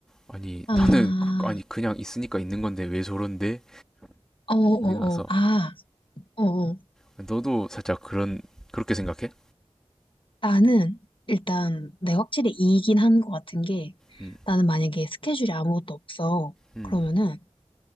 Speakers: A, in the centre; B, on the left (about 50°).
A: 아니
B: 아.
A: 나는 그- 아니 그냥 있으니까 있는 건데 왜 저런데?
B: 어, 어,
A: 이 나서
B: 어. 아. 어, 어.
A: 너도 살짝 그런 그렇게 생각해?
B: 나는, 일단, 내가 확실히 이긴 한 것 같은 게,
A: 음.
B: 나는 만약에 스케줄이 아무것도 없어.
A: 음.
B: 그러면은,